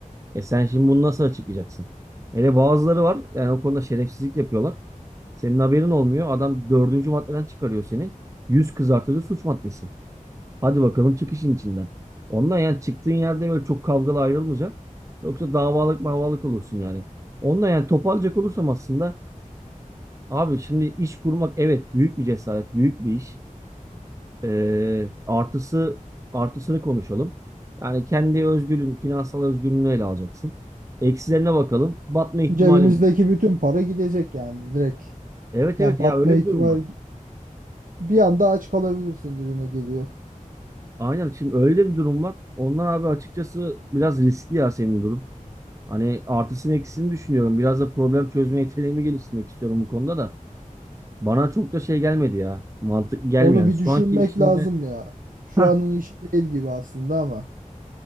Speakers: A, on the right (about 20°); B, on the right (about 75°).
A: E sen şimdi bunu nasıl açıklayacaksın? Hele bazıları var yani o konuda şerefsizlik yapıyorlar. Senin haberin olmuyor. Adam dördüncü maddeden çıkarıyor seni. Yüz kızartıcı suç maddesi. Hadi bakalım çıkışın içinden. Ondan yani çıktığın yerde böyle çok kavgalı ayrılmayacaksın. Yoksa davalık mavalık olursun yani. Ondan yani toparlayacak olursam aslında Abi şimdi iş kurmak evet büyük bir cesaret, büyük bir iş. Ee, artısı artısını konuşalım. Yani kendi özgürlüğün, finansal özgürlüğünü ele alacaksın. Eksilerine bakalım. Batma ihtimali
B: Cebimizdeki
A: mi?
B: bütün para gidecek yani direkt.
A: Evet
B: Ya
A: evet ya
B: batma
A: öyle
B: ihtimali
A: bir durum var.
B: bir anda aç kalabilirsin gibime geliyor.
A: Aynen şimdi öyle bir durum var. Ondan abi açıkçası biraz riskli ya senin durum. Hani artısını eksisini düşünüyorum. Biraz da problem çözme yeteneğimi geliştirmek istiyorum bu konuda da. Bana çok da şey gelmedi ya. Mantık gelmiyor.
B: Onu
A: Yani
B: bir
A: şu
B: düşünmek
A: anki işinde
B: lazım ya.
A: <laughs>
B: Şu anın işi değil gibi aslında ama